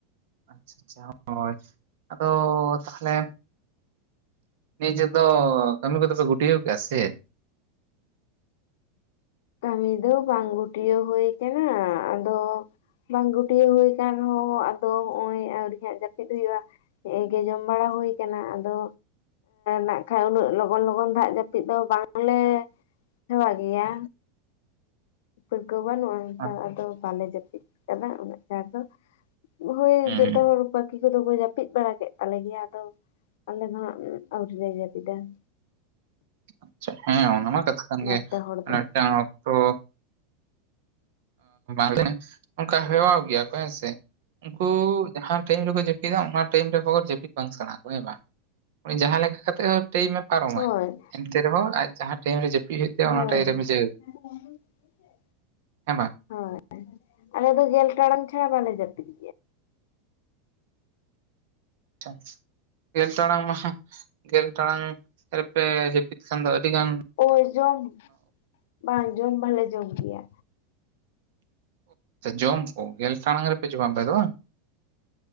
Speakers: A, on the right; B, on the left.
A: ᱟᱪᱪᱷᱟ ᱟᱪᱪᱷᱟ ᱦᱳᱭ, ᱟᱫᱚ ᱛᱟᱦᱚᱞᱮ ᱱᱤᱭᱟᱹ ᱪᱷᱚᱴ ᱫᱚ ᱠᱟᱹᱢᱤ ᱠᱚ ᱫᱚ ᱜᱩᱴᱭᱟᱹᱣ ᱠᱮᱜ-ᱟ ᱥᱮ ᱪᱮᱫ?
B: ᱠᱟᱹᱢᱤ ᱫᱚ ᱵᱟᱝ ᱜᱩᱴᱭᱟᱹᱣ ᱦᱳᱭ ᱠᱟᱱᱟ ᱟᱫᱚ ᱵᱟᱝ ᱜᱩᱴᱭᱟᱹᱣ ᱦᱳᱭ ᱟᱠᱟᱱ ᱨᱮ ᱦᱚᱸ ᱟᱫᱚ ᱱᱚᱜ-ᱚᱭ ᱟᱹᱣᱨᱤ ᱦᱟᱸᱜ ᱡᱟᱹᱯᱤᱫ ᱦᱳᱭᱳᱜᱼᱟ ᱾ ᱜᱮ ᱡᱚᱢ ᱵᱟᱲᱟ ᱦᱳᱭ ᱟᱠᱟᱱᱟ, ᱟᱫᱚ ᱱᱟᱜ ᱠᱷᱟᱡ ᱩᱱᱟᱹᱜ ᱞᱚᱜᱚᱱ ᱞᱚᱜᱚᱱ ᱫᱟᱜ ᱡᱟᱯᱤᱫ ᱫᱚ ᱵᱟᱝ ᱞᱮ ᱦᱮᱣᱟ ᱜᱮᱭᱟ, ᱯᱟᱹᱨᱠᱟᱹᱣ ᱵᱟᱹᱱᱩᱜᱼᱟ ᱱᱮᱛᱟᱨ
A: ᱪᱮᱫ
B: ᱟᱫᱚ ᱵᱟᱞᱮ ᱡᱟᱹᱯᱤᱫ ᱠᱟᱫᱟ ᱩᱱᱟᱹᱜ ᱪᱟᱨ ᱫᱚ ᱦᱳᱭ,
A: ᱦᱩᱸ
B: ᱡᱚᱛᱚ ᱦᱚᱲ ᱯᱟᱠᱤ ᱱᱩᱠᱩ ᱠᱚ ᱫᱚ ᱠᱚ ᱡᱟᱹᱯᱤᱫ ᱵᱟᱲᱟ ᱠᱮᱫ ᱛᱟᱞᱮ ᱜᱮᱭᱟ ᱟᱫᱚ ᱟᱞᱮ ᱫᱚ ᱦᱟᱸᱜ ᱟᱹᱣᱨᱤ ᱞᱮ ᱡᱟᱹᱯᱤᱫᱟ ᱾
A: ᱟᱪᱪᱷᱟ, ᱦᱮᱸ ᱚᱱᱟᱢᱟ ᱠᱟᱛᱷᱟ ᱠᱟᱱ
B: ᱵᱟᱨ
A: ᱜᱮ
B: ᱯᱮ ᱦᱚᱲ
A: ‌ᱢᱟᱱᱮ
B: ᱫᱚ
A: ᱢᱤᱫ ᱴᱟᱝ ᱚᱠᱛᱚ <inaudible> ᱚᱝᱠᱟ ᱦᱮᱣᱟᱣ ᱜᱮᱭᱟ ᱠᱚ ᱦᱮ ᱥᱮ? ᱩᱱᱠᱩ ᱡᱟᱦᱟᱸ ᱴᱟᱭᱤᱢ ᱨᱮ ᱠᱚ ᱡᱟᱹᱯᱤᱫᱟ ᱚᱱᱟ ᱴᱟᱭᱤᱢ ᱨᱮ ᱵᱷᱚᱨ ᱡᱟᱹᱯᱤᱫ ᱵᱟᱝ ᱥᱟᱱᱟ ᱠᱚᱣᱟ ᱦᱮᱸ ᱵᱟᱝ? ᱳᱭ ᱡᱟᱦᱟᱸ ᱞᱮᱠᱟ, ᱠᱟᱛᱮ ᱦᱚᱸ ᱴᱟᱭᱤᱢᱮ ᱯᱟᱨᱚᱢᱟᱭ
B: ᱦᱳᱭ
A: ᱮᱱᱛᱮ ᱨᱮ ᱦᱚᱸ ᱟᱡ ᱡᱟᱦᱟᱸ ᱴᱟᱭᱤᱢ ᱨᱮ ᱡᱟᱹᱯᱤᱫ ᱦᱳᱭᱳᱜ ᱛᱟᱭᱟ
B: ᱦᱳᱭ
A: ᱚᱱᱟ ᱴᱟᱭᱤᱢ ᱨᱮ ᱵᱩᱡᱷᱟᱹᱣ
B: <unintelligible>
A: ᱦᱮᱸ ᱵᱟᱝ?
B: ᱦᱳᱭ, ᱟᱞᱮ ᱫᱚ ᱜᱮᱞ ᱴᱟᱲᱟᱝ ᱪᱷᱟᱲᱟ ᱵᱟᱞᱮ ᱡᱟᱹᱯᱤᱫ-ᱟ ᱾
A: ᱟᱪᱪᱷᱟ, ᱜᱮᱞ ᱴᱟᱲᱟᱝ ᱢᱟ ᱜᱮᱞ ᱴᱟᱲᱟᱝ ᱨᱮ ᱯᱮ ᱡᱟᱯᱤ ᱠᱷᱟᱱ ᱫᱚ ᱟᱹᱰᱤ ᱜᱟᱱ,
B: ᱳᱞ ᱡᱚᱢ, ᱵᱟᱝ ᱡᱚᱢ ᱵᱟᱞᱮ ᱡᱚᱢ ᱜᱮᱭᱟ,
A: ᱡᱚᱢ ᱠᱚ ᱜᱮᱞ ᱴᱟᱨᱟᱝ ᱨᱮ ᱯᱮ ᱡᱚᱢᱟ ᱟᱯᱮ ᱫᱚ ᱵᱟᱝ?